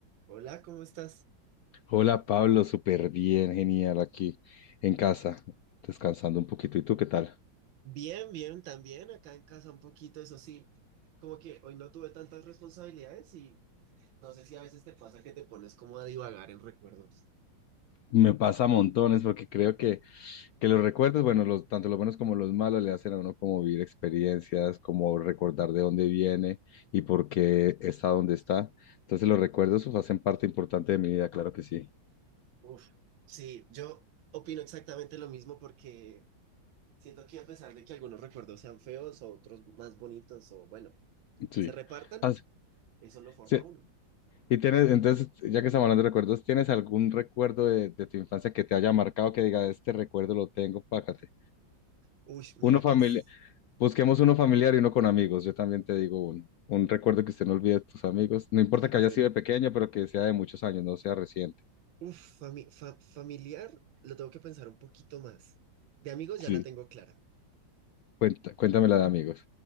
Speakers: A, on the right (about 80°); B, on the left (about 75°).
A: Hola, ¿cómo estás?
B: Hola Pablo, súper bien, genial aquí en casa, descansando un poquito. ¿Y tú qué tal?
A: Bien, bien, también acá en casa un poquito, eso sí, como que hoy no tuve tantas responsabilidades y no sé si a veces te pasa que te pones como a divagar en recuerdos.
B: Me pasa montones porque creo que, que los recuerdos, bueno, los, tanto los buenos como los malos le hacen a uno como vivir experiencias, como recordar de dónde viene y por qué está donde está. Entonces los recuerdos pues, hacen parte importante de mi vida, claro que sí.
A: Uf, sí, yo opino exactamente lo mismo porque siento que a pesar de que algunos recuerdos sean feos o otros más bonitos o bueno,
B: Sí.
A: se repartan,
B: Ah,
A: eso lo forma
B: sí.
A: uno.
B: Y tienes, entonces, ya que estamos hablando de recuerdos, ¿tienes algún recuerdo de, de tu infancia que te haya marcado, que diga, este recuerdo lo tengo, págate?
A: Uy, mira
B: Uno familiar.
A: que es
B: Busquemos uno familiar y uno con amigos. Yo también te digo un, un recuerdo que usted no olvide de tus amigos. No importa que
A: bueno.
B: haya sido de pequeño, pero que sea de muchos años, no sea reciente.
A: Uf, fami- fa- familiar, lo tengo que pensar un poquito más. De amigos
B: Sí.
A: ya la tengo clara.
B: Cuenta, cuéntame la de amigos.